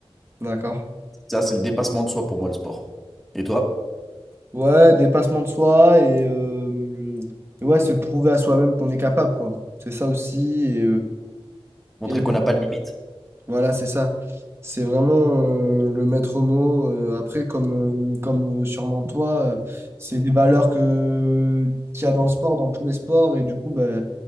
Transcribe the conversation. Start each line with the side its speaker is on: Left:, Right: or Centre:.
Right: D'accord.
Centre: Ça, c'est le dépassement de soi pour moi, le sport. Et toi?
Right: Ouais, dépassement de soi et, euh, et ouais, se prouver à soi-même qu'on est capable, quoi. C'est ça aussi. Et, euh,
Centre: Montrer
Right: et
Centre: qu'on n'a pas de limite.
Right: voilà, c'est ça. C'est vraiment euh, le maître mot. euh, après, comme, euh, comme euh, sûrement toi, euh, c'est des valeurs que, qu'il y a dans le sport, dans tous les sports. Et du coup, bah,